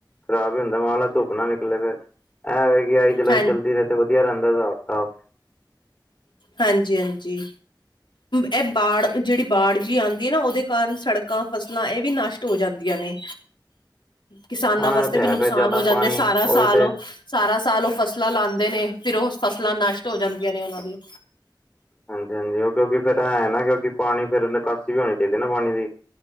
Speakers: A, on the left; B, on the left.
A: ਖਰਾਬ ਈ ਹੁੰਦਾ ਮੰਨਲਾ ਧੁੱਪ ਨਾ ਨਿਕਲੇ ਫੇਰ ਐ ਵਾ ਕਿ ਆਈ ਚਲਾਈ
B: ਹਾਂ
A: ਚੱਲਦੀ ਰਹੇ ਤੇ ਵਧੀਆ ਰਹਿੰਦਾ ਹਿਸਾਬ-ਕਿਤਾਬ
B: ਹਾਂਜੀ ਹਾਂਜੀ, ਇਹ ਬਾੜ ਜਿਹੜੀ ਬਾੜ ਜੀ ਆਂਦੀ ਐ ਨਾ ਉਹਦੇ ਕਾਰਨ ਸੜਕਾਂ ਫਸਲਾਂ ਏ ਵੀ ਨਸ਼ ਟ ਹੋ ਜਾਂਦੀਆਂ ਨੇ,
A: <inaudible>
B: ਕਿਸਾਨਾਂ
A: ਹਾਂ
B: ਵਾਸਤੇ
A: ਇਹ ਤੇ
B: ਵੀ
A: ਹੈ
B: ਨੁਕਸਾਨ
A: ਫੇਰ ਜ਼ਿਆਦਾ
B: ਹੋ ਜਾਂਦੇ
A: ਪਾਣੀ
B: ਸਾਰਾ
A: ਉਹੀ
B: ਸਾਲ
A: ਤੇ
B: ਓ ਸਾਰਾ ਸਾਲ ਓ ਫਸਲਾਂ ਲਾਂਦੇ ਨੇ ਫਿਰ ਓ ਫਸਲਾਂ ਨਸ਼ਟ ਹੋ ਜਾਂਦੀਆਂ ਨੇ ਉਹਨਾਂ ਦੀਆਂ
A: ਹਾਂਜੀ-ਹਾਂਜੀ ਉਹ ਕਿਉਂਕਿ ਫੇਰ ਹੈ ਨਾ, ਕਿਉਂਕਿ ਪਾਣੀ ਫੇਰ ਨਿਕਾਸੀ ਵੀ ਹੋਣੀ ਚਾਈਦੀ ਨਾ ਪਾਣੀ ਦੀ,